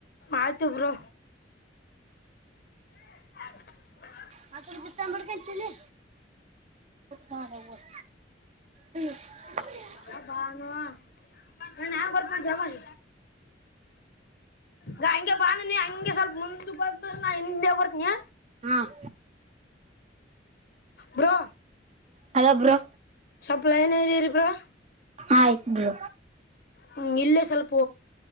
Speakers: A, on the left; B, on the right.
A: ಆಯಿತು ಬ್ರೋ ಹ
B: ಮತ್ತ ಹತ್ತಂಬಡ್ಕತೀನ ತಲಿ ಹಾ ಹೋಗುನ್ ಹ
A: ಹ ಬಾನುವ ನಣ ಯಂಗ ಬರ್ತನೆ ಹೆವಾಗ ನ ಹಗೆ ಬಾನಿ ಹಗೆ ಸ್ವಲ್ಪ ಮುಂದೆ ಬಂದ್ರೆ ನಾ ಹಿಂದೆ ಬರ್ತಿನಿ
B: ಹ್ಮ್
A: ಬ್ರೊ
B: ಹಲೋ ಬ್ರೋ
A: ಸಪ ಲೈನ್ನಯಾಗ್ ಇರಿ ಬ್ರೋ
B: ಆಯ್ತ್ರು ಬ್ರೋ
A: ಹ್ಮ್ ಇಲ್ಲೇ ಸ್ವಲ್ಪ